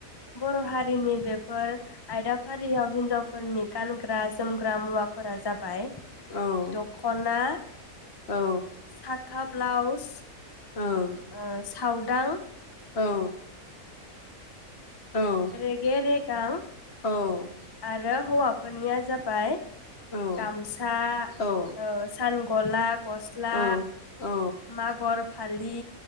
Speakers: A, on the left; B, on the left.
A: बर' हारिनि बेफोर आयदाफारियाव हिनजावफोरनि गानग्रा जोमग्रा मुवाफोरा जा बाय
B: औ
A: दखना
B: औ
A: साख ब्लाउस
B: औ
A: ओ साव दां
B: औ। औ
A: रेगे रेगां।
B: औ
A: आरो हौवाफोरनिया जाबाय
B: औ
A: गामसा
B: औ
A: ओ सान गलाब गस्ला
B: औ औ
A: मागुर फालि